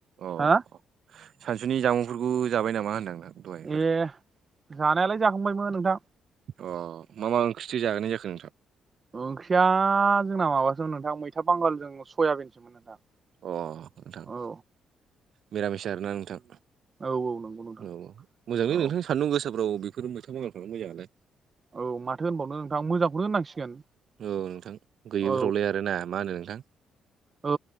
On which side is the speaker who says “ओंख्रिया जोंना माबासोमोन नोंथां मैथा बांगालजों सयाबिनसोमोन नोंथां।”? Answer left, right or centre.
Right